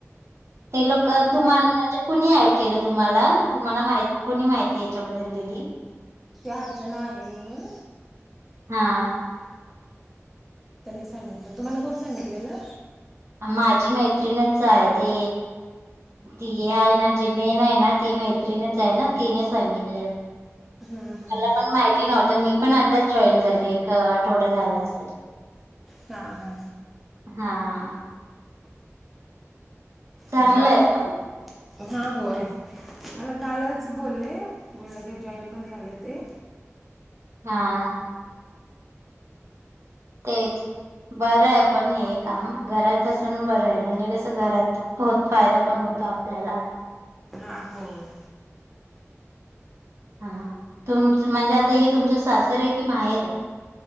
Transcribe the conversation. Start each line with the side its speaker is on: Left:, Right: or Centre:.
Right: ते लोक तूमाला म्हणजे कुणी ऍड केलं तुम्हाला तुम्हाला माहि कोणी माहिती याच्याबद्दल दिली.
Centre: ते अर्चना आहे म्हणून
Right: हा
Centre: त्यांनी सांगितलं तुम्हाला कोण सांगितलेलं?
Right: माझी मैत्रिणच आहे ते ती हाय ना जी मेन हाय ना ती मैत्रीणीच हाय ना तिने सांगितलेल.
Centre: हम्म हम्म
Right: मला पण माहिती नव्हत मी पण आताच जॉईन झाले. एक आठवडा झाला असेल.
Centre: हा हा
Right: हा चांगलं
Centre: मग
Right: आहे पण
Centre: हा होय. मला कालच बोलले मी लगेचं जॉईन पण झाले ते
Right: हा तेच बरं य पण हे काम घरात असून बरंय म्हणजे कसं घरात तोत फायदा पण होतो आपल्याला
Centre: हा होय.
Right: हा हा तुमच म्हणजे आता हे तुमचं सासर हाय की माहेर ये.